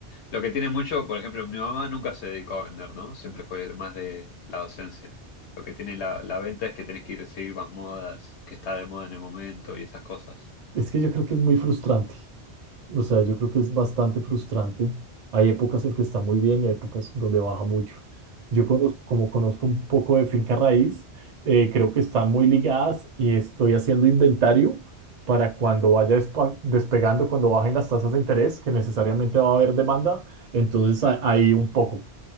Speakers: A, on the left (about 80°); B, on the right (about 40°).
A: Lo que tiene mucho, por ejemplo, mi mamá nunca se dedicó a vender, ¿no? Siempre fue más de la docencia. Lo que tiene la, la venta es que tenés que ir a seguir más modas, que está de moda en el momento y esas cosas.
B: Es que yo creo que es muy frustrante. O sea, yo creo que es bastante frustrante. Hay épocas en que está muy bien y hay épocas donde baja mucho. Yo conozco, como conozco un poco de finca raíz, eh, creo que están muy ligadas y estoy haciendo inventario para cuando vaya despa- despegando, cuando bajen las tasas de interés, que necesariamente va a haber demanda. Entonces, a- ahí un poco